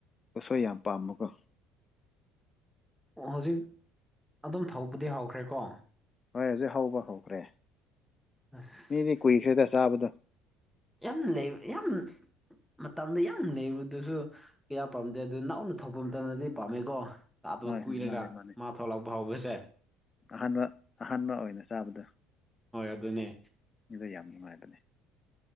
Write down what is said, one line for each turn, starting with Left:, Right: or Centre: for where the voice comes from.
Left: ꯎꯁꯣꯏ ꯌꯥꯝ ꯄꯥꯝꯕꯀꯣ
Centre: ꯑꯣ ꯍꯧꯖꯤꯛ ꯑꯗꯨꯝ ꯊꯧꯕꯗꯤ ꯍꯧꯈ꯭ꯔꯦꯀꯣ
Left: ꯍꯣꯏ ꯍꯧꯖꯤꯛ ꯍꯧꯕ ꯍꯧꯈ꯭ꯔꯦ
Centre: ꯑꯁ
Left: ꯃꯤꯗꯤ ꯀꯨꯏꯈ꯭ꯔꯦꯗ ꯆꯥꯕꯗꯣ
Centre: ꯌꯥꯝ ꯂꯩ ꯌꯥꯝ ꯃꯇꯝꯗ ꯌꯥꯝ ꯅꯩꯕꯗꯨꯁꯨ ꯀꯌꯥ ꯄꯥꯝꯗꯦ ꯑꯗꯨ ꯅꯥꯎꯅ ꯊꯣꯛꯄ ꯃꯇꯝꯗꯗꯤ ꯄꯥꯝꯃꯦꯀꯣ ꯇꯥꯗꯕ
Left: ꯍꯣꯏ
Centre: ꯀꯨꯏꯔꯒ
Left: ꯍꯣꯏ ꯃꯥꯅꯦ ꯃꯥꯅꯦ
Centre: ꯃꯥ ꯊꯣꯛꯂꯛꯄ ꯍꯧꯕꯁꯦ
Left: ꯑꯍꯥꯟꯕ ꯑꯍꯥꯟꯕ ꯑꯣꯏꯅ ꯆꯥꯕꯗ‌ꯣ
Centre: ꯍꯣꯏ ꯑꯗꯨꯅꯦ
Left: ꯃꯤꯗ ꯌꯥꯝ ꯅꯨꯡꯉꯥꯏꯕꯅꯦ